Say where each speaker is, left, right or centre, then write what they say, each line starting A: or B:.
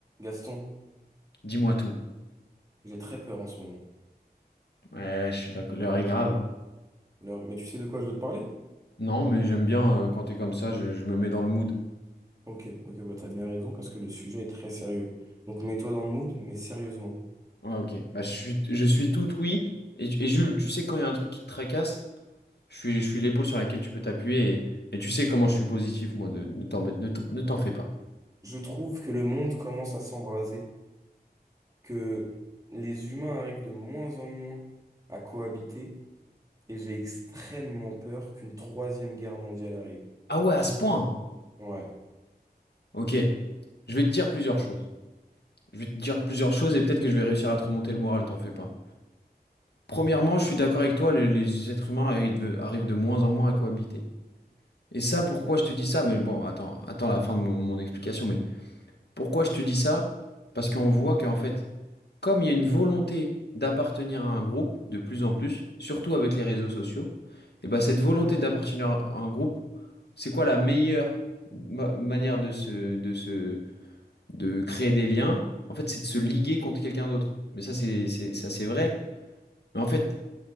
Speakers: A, on the right; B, on the left.
A: Gaston,
B: Dis-moi tout.
A: j'ai très peur en ce moment.
B: Ouais, je suis d'accord. L'heure est grave.
A: Le- Mais tu sais de quoi je veux te parler?
B: Non, mais j'aime bien euh, quand t'es comme ça, je, je me mets dans le mood.
A: Ok, ok, bah t'as bien raison parce que le sujet est très sérieux. Donc mets-toi dans le mood, mais sérieusement.
B: Ouais, ok. Bah, je suis, je suis tout oui. Et, et Jules, tu sais quand il y a un truc qui te tracasse, je suis, je suis l'épaule sur laquelle tu peux t'appuyer et, et tu sais comment je suis positif, moi. de- ne t'embête, ne t'en ne t'en fais pas.
A: Je trouve que le monde commence à s'embraser, que les humains arrivent de moins en moins à cohabiter, et j'ai extrêmement peur qu'une troisième guerre mondiale arrive.
B: Ah ouais, à ce point.
A: Ouais.
B: Ok. Je vais te dire plusieurs choses. Je vais te dire plusieurs choses et peut-être que je vais réussir à te remonter le moral, t'en fais pas. Premièrement, je suis d'accord avec toi, les, les êtres humains arrivent de, arrivent de moins en moins à cohabiter. Et ça, pourquoi
A: Bon.
B: je te dis ça? Mais bon, attends, attends la fin de mon, mon explication. Mais pourquoi je te dis ça? Parce qu'on voit qu'en fait, comme il y a une volonté d'appartenir à un groupe de plus en plus, surtout avec les réseaux sociaux, et ben cette volonté d'appartenir à un groupe, c'est quoi la meilleure ma- manière de se, de se, de créer des liens? En fait, c'est de se liguer contre quelqu'un d'autre. Mais ça, c'est, c'est, ça, c'est vrai. Mais en fait,